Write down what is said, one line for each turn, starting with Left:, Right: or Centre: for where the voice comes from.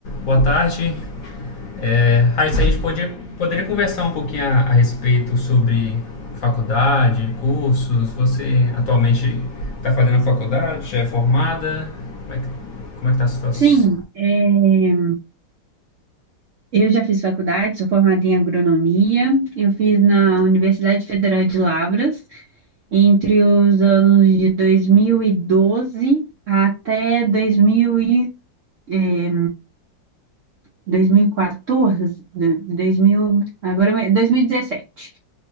Left: Boa tarde. É, Raíssa, a gente podia, poderia conversar um pouquinho a, a respeito sobre faculdade, cursos. Você atualmente está fazendo a faculdade, já é formada? Como é que, como é que tá a situação?
Right: Sim, é, eu já fiz faculdade, sou formada em agronomia. Eu fiz na Universidade Federal de Lavras entre os anos de 2012 até 2000 e, é, 2014, do- 2000, agora 2017,